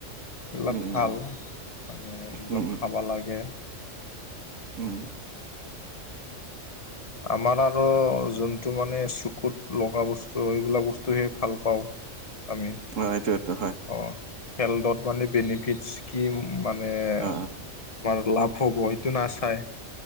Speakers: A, on the left; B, on the right.
A: এইবিলাক
B: উম উম
A: ভাল, মানে এইবিলাক
B: উম উম
A: খাব লাগে।
B: উম।
A: আমাৰ আৰু যোনটো মানে চকুত লগা বস্তু এইবিলাক বস্তুহে ভাল পাওঁ। আমি
B: হয়, সেইটোৱে। এইটো
A: অঁ হেল্থত মানে বনিফিট স্কিম মানে
B: অ
A: আমাৰ লাভ হ'ব এইটো নাচায়।